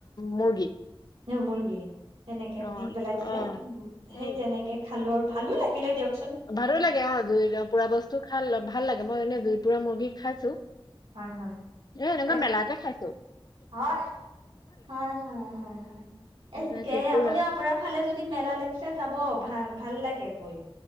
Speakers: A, on the left; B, on the right.
A: মুৰ্গী
B: এ মুৰ্গী তেনেকে
A: অ
B: দি পেলাই দিলে,
A: অ
B: উম, সেই
A: উম
B: তেনেকে খালোঁ আৰু ভালো লাগিলে দিয়ক।
A: ভালো লাগে অ' জুইতে পুৰা বস্তু খাল ভাল লাগে মই এনে জুই পুৰা মুৰ্গী খাইছোঁ।
B: হয় হয়
A: এ এনেকুৱা
B: এক
A: মেলাতে খাইছোঁ।
B: হয়, হয়, হয়, হয়, হয়, এ,
A: তাতে
B: কে
A: কেঁকুৰা
B: আপুনি আপোনাৰ ফালে যদি মেলা লাগিছে যাব ভাল ভাল লাগে গৈ।